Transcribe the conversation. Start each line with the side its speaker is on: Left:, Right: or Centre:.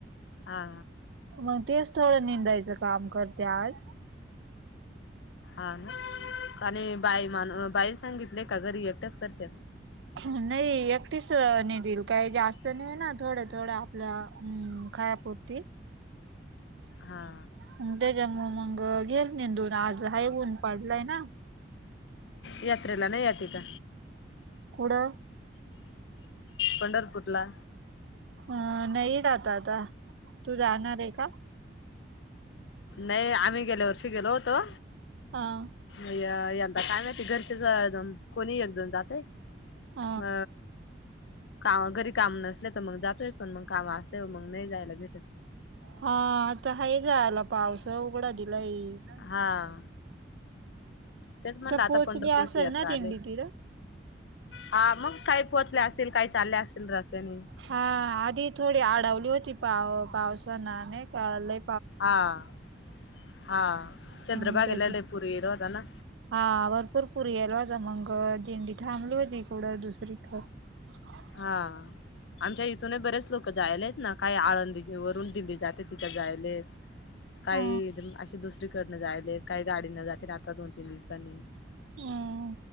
Left: हा
Right: मग तेच थोडं निंदायचं काम करतेत
Left: अ ना आणिणी बाई मण बाई सांगितलेय का ग रिएक्टच करत
Right: नाही एकटीच नाही देल काही जास्त नाही ना थोडे थोडे आपल्या अ खायापुरती
Left: हा
Right: मग त्याच्यामु मग घेल नेंदून आज हा ऊन पडलाय ना
Left: यात्रेला नाही या का
Right: कुडं?
Left: पंढरपूर ला.
Right: अं नाही जात आता, तू जाणार आहे का?
Left: नाही आम्ही गेल्या वर्षी गेलो होतो.
Right: हा.
Left: यंदा काय माहिती, घरचेच कोणी एक जण जातय.
Right: ह
Left: ब काम घरी काम नसले तर, मग जातोय पण मग काम असल्यावर मग नाही जायला भेटत.
Right: हा आता हाये जायला, पावस उघडा दिलाय ना
Left: हा, तेच म्हणलं आता
Right: पोहोचली
Left: पंढरपूरची
Right: असेल
Left: यात्रा
Right: ना दिंडी
Left: आली.
Right: तिथं
Left: हा मग काही पोहोचले असतील, काही चालले असतील रत्याने.
Right: हा आधी थोडी आडवली होती पाव पावसान नाही का लई
Left: हा. हा. चंद्रभागेला
Right: हम्म तेच
Left: लई पुर येइल होतना.
Right: हा भरपूरपूर ये्येल होता, मंग दिंडी थांबली होती कूडं दुसरी क <unintelligible>
Left: हा आमच्या इथूनही बरेच लोक जायेले त ना, काही आळंदी वरून दिंडी जाते. तिच्यात जायलेत काही
Right: ह
Left: अशे दुसरीकडन जायलेत. काही गाडी न जाते आता दोन तीन दिवसांनी.
Right: हम.